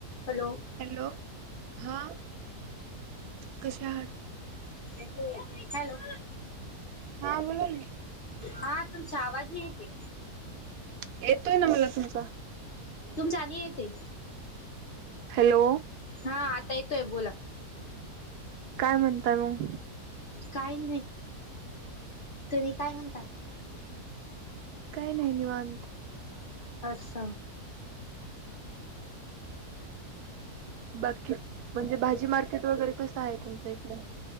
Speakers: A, on the left; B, on the right.
A: Hello
B: hello हा. कसे आहात.
A: Hello, hello.
B: हा बोला ना.
A: हा तुमचा आवाज नाही येते.
B: येतोय ना मला तुमचा.
A: तुमचा नई येते,
B: हॅलो
A: हा आता येतोय बोला.
B: काय म्हणताय मग.
A: काही नाही तूम्ही काय म्हणतात.
B: काही नाही निवांत.
A: अच्छा.
B: बाकी म्हणजे भाजी मार्केट वगैरे कसं आहे, तुमच्या इकडे.